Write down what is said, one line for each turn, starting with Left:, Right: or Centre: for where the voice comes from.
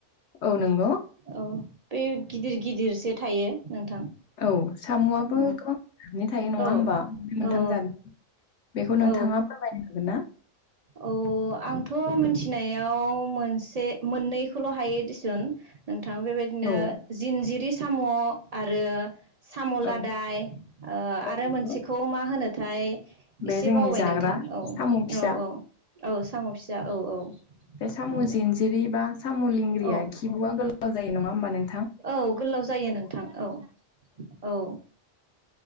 Left: औ नों
Right: औ बे गिदिर गिदिरसो थायो। नोंथां
Left: औ साम'आबो
Right: औ
Left: गोबांनि रोखोमनि थायो नङा
Right: औ
Left: होमबा मोनथाम
Right: औ
Left: जादनि बेखौ
Right: औ
Left: नोंथाङा फोरमायनो हागोन ना?
Right: औ आंथ' मिथिनायाव मोनसे मोननै खौल' हायो दिसुन थां बेबायदिनो
Left: औ
Right: जिनजिरि साम' आरो साम' लादाय
Left: औ
Right: ओ
Left: औ
Right: आरो
Left: नंगौ
Right: मोनसेखौ मा होनोथाय?
Left: बे
Right: एसे
Left: जोंनि
Right: बावबाय
Left: जाग्रा
Right: नोंथां औ
Left: साम' फिसा
Right: औ औ औ साम' फिसा औ औ।
Left: बे साम'
Right: औ
Left: जिन्जिरि बा साम' लेंंग्रिया
Right: औ
Left: खिबुआ गोलाव जायो नङा होमबा नों
Right: औ गोलाव जायो नोंथां औ औ।